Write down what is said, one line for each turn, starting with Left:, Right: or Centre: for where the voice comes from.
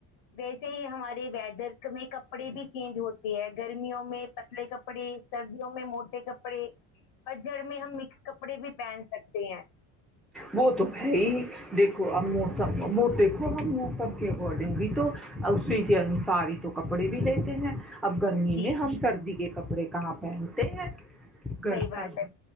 Left: ویسے ہی ہمارے ویدر میں کپڑے بھی چینج ہوتے ہیں گرمی میں پتلے کپڑے سردیوں میں موٹے کپڑے پجڑ میں ہم مکس کپڑے بھی پہن سکتے ہیں
Centre: وہ تو ہے ہی دیکھو اب موسم وہ دیکھو اب موسم کے اکارڈنگ بھی تو اسی کے انوسار ہی تو کپڑے بھی لیتے ہیں اب گرمی
Left: جی
Centre: میں کے کپڑے کہاں پہنتے ہیں گ
Left: صحیح بات
Centre: سر
Left: ہے